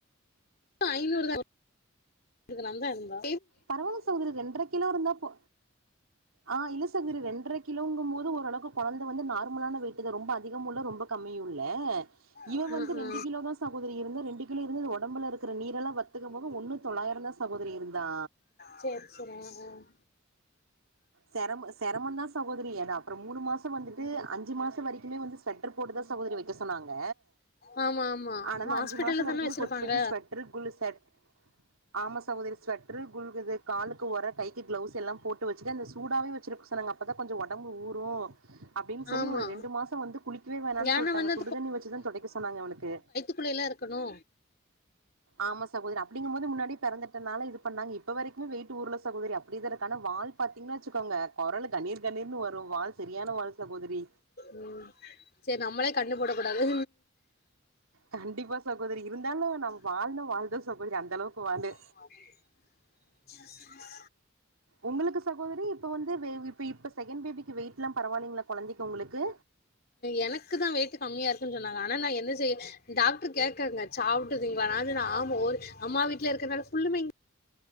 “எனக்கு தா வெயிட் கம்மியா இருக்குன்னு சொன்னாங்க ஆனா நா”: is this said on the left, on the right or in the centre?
Left